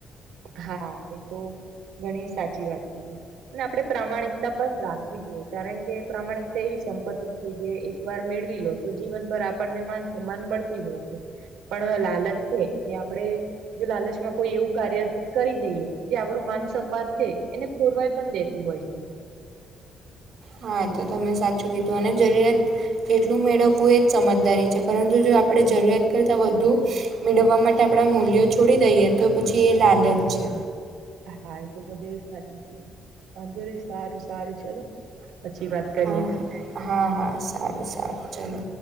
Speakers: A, on the right; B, on the right.
A: હા એ તો ઘણી સાચી વાત કીધી અને આપણે પ્રામાણિકતા પણ રાખવી જોઈએ કારણ કે પ્રામાણિકતા એવી સંપત્તિ કે જે એકવાર મેળવી લો તો જીવનભર આપણને માન સન્માન મળતી હોય છે પણ લાલચ છે એ આપડે જે લાલચમાં કોઈ એવું કાર્ય કરી દઈએ જે આપડું માનસપાત છે એને ખોરવાઈ પણ દેતું હોય છે
B: હા એતો તમે સાચું કીધું અને જરૂરિયાત જેટલું મેળવવું એ જ સમજદારી છે પરંતુ જો આપણે જરૂરિયાત કરતાં વધુ મેળવવા માટે આપણે મૂલ્યો છોડી દઈએ તો પછી એ લાલચ છે
A: હા એ તો તમે સાચું કીધું વાંધો નહીં સારું સારું ચલો પછી વાત કરીએ
B: હા હા હા સારું સારું ચલો